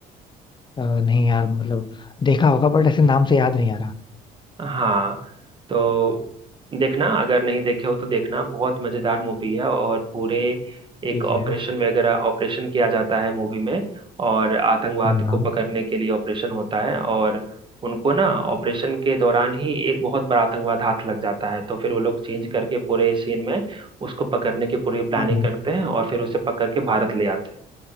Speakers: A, on the left; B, on the right.
A: अ, नहीं यार मतलब देखा होगा बट ऐसे नाम से याद नहीं आ रहा
B: हाँ तो देखना अगर नहीं देखे हो तो देखना बहुत मजेदार मूवी है और पूरे एक
A: ठीक
B: ऑपरेशन
A: है
B: वगैरह ऑपरेशन किया जाता है मूवी में और आतंकवाद
A: हाँ हाँ
B: को पकड़ने के लिए ऑपरेशन होता है और उनको ना ऑपरेशन के दौरान ही एक बहुत बड़ा आतंकवाद हाथ लग जाता है तो फिर वो लोग चेंज करके पूरे सीन में उसको पकड़ने की पूरी प्लानिंग
A: हाँ
B: करते हैं और फिर उसे पकड़ के भारत ले आते हैं